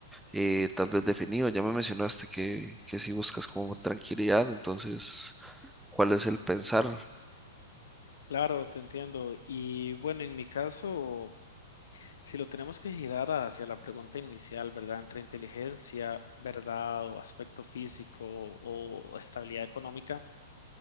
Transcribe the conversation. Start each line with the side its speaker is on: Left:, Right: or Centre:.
Centre: eh, tal vez definido? Ya me mencionaste que, que si buscas como tranquilidad, entonces, ¿cuál es el pensar?
Left: Claro, te entiendo. Y bueno, en mi caso, si lo tenemos que girar hacia la pregunta inicial, ¿verdad? Entre inteligencia, ¿verdad? O aspecto físico o estabilidad económica.